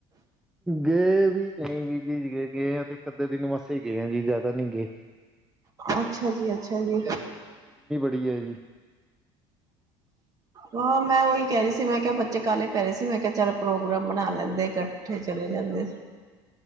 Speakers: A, in the centre; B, on the right.
A: ਗਏ ਵੀ, ਨਹੀਂ ਵੀ ਜੀ ਗਏ ਆਂ ਤੇ ਇੱਕ-ਅੱਧੇ ਦਿਨ ਵਾਸਤੇ ਈ ਗਏ ਆਂ ਜੀ, ਜ਼ਿਆਦਾ ਨੀ ਗਏ। <inaudible>
B: ਅੱਛਾ ਜੀ, ਅੱਛਾ ਜੀ।
A: ਵਧੀਆ ਜੀ। <inaudible>
B: ਹਾਂ, ਮੈਂ ਉਹੀ ਕਹਿ ਰਹੀ ਸੀ, ਮੈਂ ਕਿਹਾ ਬੱਚੇ ਕਾਹਲੇ ਪੈ ਰਹੇ ਸੀ, ਮੈਂ ਕਿਹਾ ਚੱਲ ਪ੍ਰੋਗਰਾਮ ਬਣਾ ਲੈਂਦੇ ਕ ਕੱਠੇ ਚਲੇ ਜਾਂਦੇ।